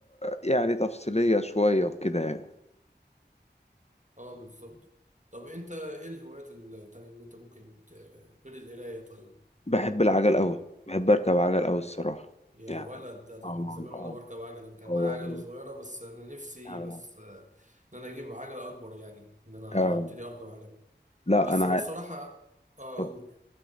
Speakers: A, on the left (about 35°); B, on the right (about 40°).
A: يعني تفصيلية شوية وكده يعني
B: اه بالظبط طب انت ايه الهوايات التانية اللي انت ممكن ت- غير القرايه طيب
A: بحب العجل أوي بحب أركب عجل أوي الصراحة
B: يا
A: يعني
B: ولد ده ده
A: اه
B: من زمان
A: اه
B: وانا بركب عجل انا كان
A: اه
B: معايا عجله صغيره بس انا نفسي
A: آه،
B: بس آه، ان انا اجيب عجله اكبر يعني ان انا
A: آه.
B: ابتدي اركب عجل
A: لا
B: بس
A: أنا
B: لو
A: ع-
B: الصراحه اه
A: آه.
B: اقول